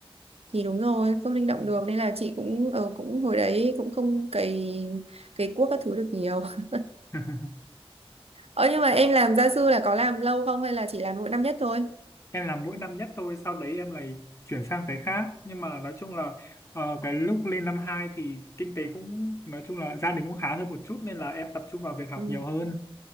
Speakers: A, on the right; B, on the left.
A: thì đúng rồi không linh động
B: Ừ.
A: được nên là chị cũng ờ, cũng hồi đấy cũng không cày cày cuốc các thứ được nhiều <laughs>
B: <laughs>
A: ờ nhưng mà em làm gia sư là có làm lâu không hay là chỉ làm mỗi năm nhất thôi
B: Em làm mỗi năm nhất thôi, sau đấy em lại chuyển sang cái khác. Nhưng mà nói chung là ờ, cái lúc lên năm 2 thì kinh tế cũng nói chung là gia đình cũng khá hơn một chút nên là em tập trung vào việc học
A: ừ
B: nhiều hơn.